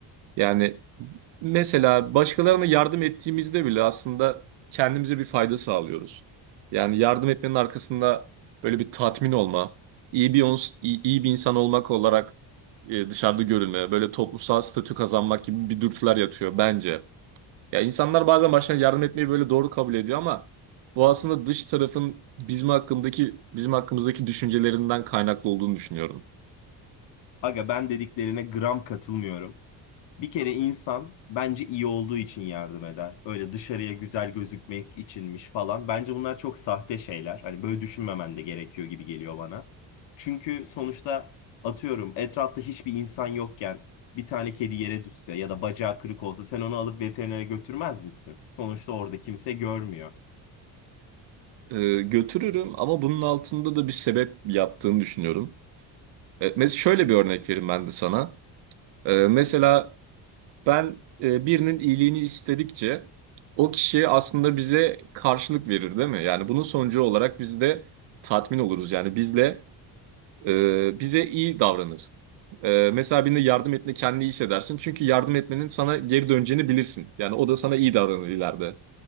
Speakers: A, on the right (about 75°); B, on the left (about 75°).
A: Yani mesela başkalarına yardım ettiğimizde bile aslında kendimize bir fayda sağlıyoruz. Yani yardım etmenin arkasında böyle bir tatmin olma, iyi bir ons- iyi, iyi bir insan olmak olarak e, dışarıda görülme, böyle toplumsal statü kazanmak gibi bir dürtüler yatıyor bence. Ya insanlar bazen başkalarına yardım etmeyi böyle doğru kabul ediyor ama bu aslında dış tarafın bizim hakkındaki bizim hakkımızdaki düşüncelerinden kaynaklı olduğunu düşünüyorum.
B: Aga ben dediklerine gram katılmıyorum. Bir kere insan bence iyi olduğu için yardım eder. Öyle dışarıya güzel gözükmek içinmiş falan. Bence bunlar çok sahte şeyler. Hani böyle düşünmemen de gerekiyor gibi geliyor bana. Çünkü sonuçta atıyorum etrafta hiçbir insan yokken bir tane kedi yere düşse ya da bacağı kırık olsa sen onu alıp veterinere götürmez misin? Sonuçta orada kimse görmüyor.
A: E, götürürüm ama bunun altında da bir sebep yattığını düşünüyorum. E, mes- şöyle bir örnek vereyim ben de sana. E, mesela ben e, birinin iyiliğini istedikçe o kişi aslında bize karşılık verir değil mi? Yani bunun sonucu olarak biz de tatmin oluruz. Yani bizle e, bize iyi davranır. E, mesela birine yardım etme kendini iyi hissedersin. Çünkü yardım etmenin sana geri döneceğini bilirsin. Yani o da sana iyi davranır ileride.